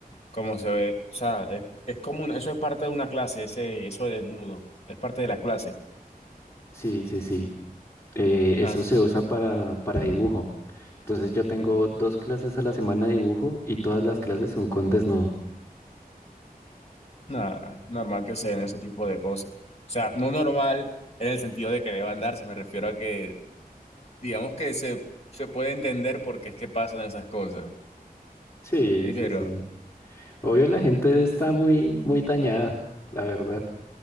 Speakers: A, on the left; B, on the left.
A: como se ve, o sea, es, es como un- eso es parte de una clase, ese, eso de desnudo, es parte de la clase.
B: Sí, sí, sí. Eh,
A: Nada,
B: eso se usa para, para dibujo. Entonces yo tengo dos clases a la semana de dibujo y todas las clases son con desnudo.
A: nada, normal que se den ese tipo de cosas. O sea, no normal en el sentido de que deban darse, me refiero a que, digamos que se, se puede entender por qué es que pasan esas cosas.
B: Sí,
A: Eh,
B: sí,
A: Pero,
B: sí. Obvio la
A: bueno,
B: gente está muy, muy dañada, la verdad.